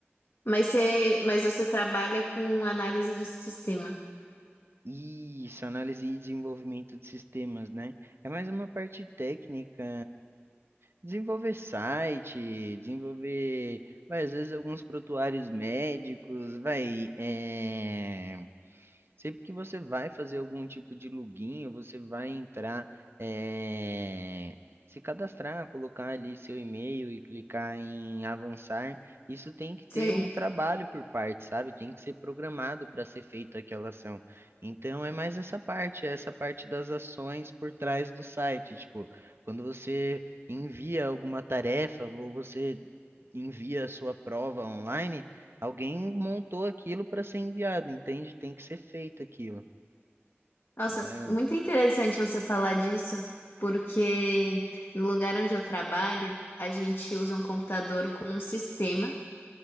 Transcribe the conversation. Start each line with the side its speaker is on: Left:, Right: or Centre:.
Left: Mas você, mas você trabalha com análise de sistema.
Right: Isso, análise e desenvolvimento de sistemas, né? É mais uma parte técnica, desenvolver site, desenvolver, vai, às vezes alguns prontuários médicos, vai, é, Sempre que você vai fazer algum tipo de login, ou você vai entrar, eh, se cadastrar, colocar ali seu e-mail e clicar em avançar, isso tem que ter
Left: Sei.
Right: um trabalho por parte, sabe? Tem que ser programado para ser feita aquela ação. Então é mais essa parte, é essa parte das ações por trás do site. Tipo, quando você envia alguma tarefa ou você envia a sua prova online, Alguém montou aquilo para ser enviado, entende? Tem que ser feito aquilo,
Left: Nossa,
Right: não é?
Left: muito interessante você falar disso, porque no lugar onde eu trabalho, a gente usa um computador com um sistema